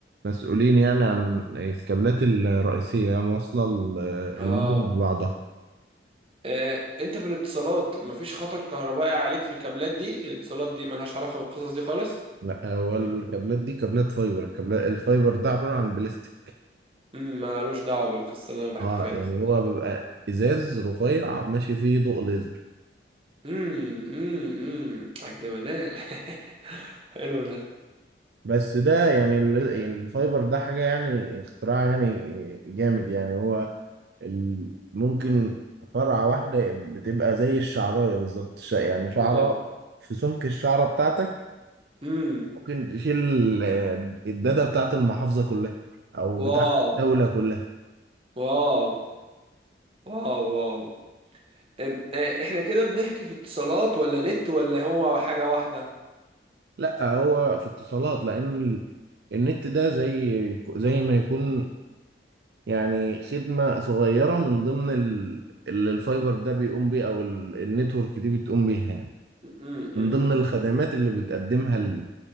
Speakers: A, on the right; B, on the right.
A: مسؤولين يعني عن الكابلات الرئيسية موصلة ال-
B: اه
A: المدن ببعضها
B: آه، انت في الاتصالات مفيش خطر كهربائي عليك في الكابلات دي الاتصالات دي ملهاش علاقة بالقصص دي خالص
A: لا هو الكابلات دي كابلات فايبر الكابلات الفايبر ده عبارة عن بلاستيك
B: امم مالوش دعوة بالقصة اللي انا بحكي
A: اه
B: فيها
A: يعني
B: دي خالص
A: هو بيبقى ازاز رفيع ماشي فيه ضوء ليزر
B: امم امم امم على الجمدان <laughs> حلو ده
A: بس ده يعني ال- يعني الفايبر ده حاجة يعني اختراع يعني جامد يعني هو ال- ممكن فرعة واحدة بتبقى زي الشعراية بالظبط ش- يعني شعرة
B: واو
A: في سمك الشعرة بتاعتك
B: امم
A: ممكن تشيل آه، الداتا بتاعت المحافظة كلها أو بتاعت
B: واو
A: الدولة كلها
B: واو واو واو أم- آه، احنا كده بنحكي في اتصالات ولا نت ولا هو حاجة واحدة
A: لا هو في اتصالات لان ال- النت ده زي زي ما يكون يعني خدمة صغيرة من ضمن ال- اللي الفايبر ده بيقوم بيه او ال- النتورك دي بتقوم بيها يعني
B: امم
A: من
B: امم
A: ضمن الخدمات اللي بتقدمها ال-